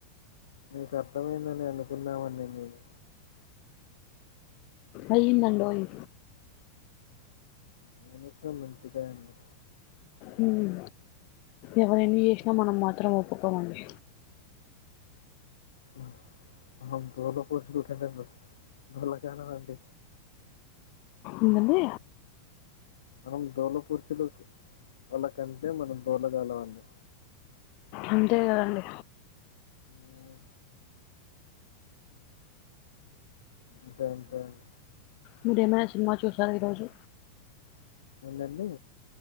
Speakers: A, on the left; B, on the left.
A: నీకు అర్థమైందని అనుకున్నామండి నేను
B: అయ్యందండోయి
A: అనిపించ్చిన మంచిదే అండి
B: మ్ ఎవరేన్ని చేసినా మనం మాత్రం ఒప్పుకోమండి
A: అ <unintelligible> అండి
B: ఎందండి
A: మనం దోల కుర్చులు వాళ్ళ కంటే మనం దోలగాలమండి
B: అంతే కదండి
A: మ్ అంతే అంతే అండి
B: మీరు ఏమైనా సినిమా చూసార ఈరోజు
A: ఎందండి